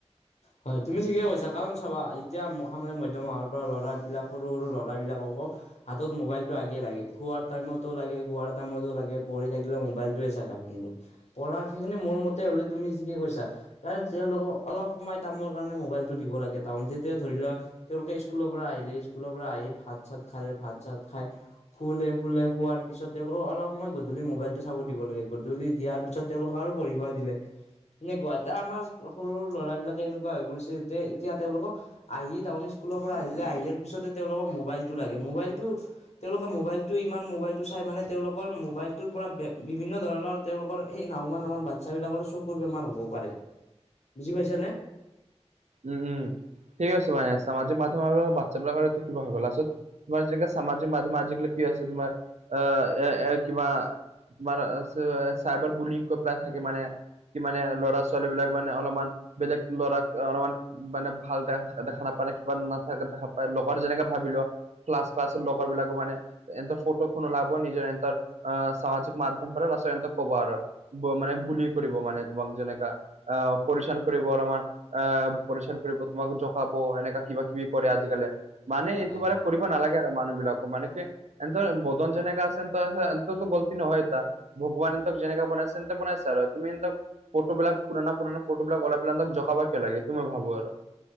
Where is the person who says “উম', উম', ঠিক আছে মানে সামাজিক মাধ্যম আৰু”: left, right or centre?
Right